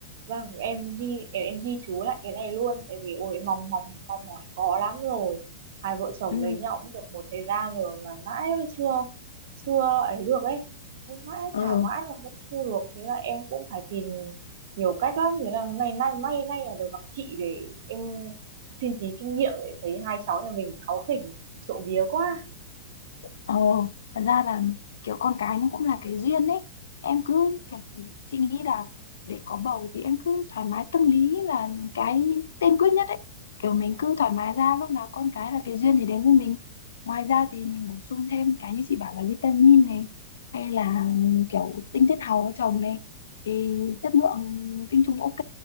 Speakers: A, on the right; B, on the left.
A: Vâng, em ghi em, em ghi chú lại cái này luôn tại vì ôi em mong mong mong mỏi khó lắm rồi. Hai vợ chồng
B: ừ.
A: lấy nhau cũng được một thời gian rồi mà mãi mới chưa chưa ấy được ấy. Nên Mãi
B: ờ.
A: thả mãi mà vẫn chưa được thế là em cũng phải tìm nhiều cách lắm thế là hôm nay nay may nay là được gặp chị để em xin tí kinh nghiệm để thấy hai cháu nhà mình cáu khỉnh trộm vía quá.
B: Ờ, thật ra là kiểu con cái nó cũng là cái duyên ấy. Em cứ kiểu chị nghĩ là để có bầu thì em cứ thoải mái tâm lý là cái tiên quyết nhất ấy. Kiểu mình cứ thoải mái ra lúc nào con cái là cái duyên thì đến với mình. Ngoài ra thì mình bổ sung thêm cái như chị bảo là vitamin này hay là kiểu tinh chất hào ở chồng này thì chất lượng tinh trùng ok.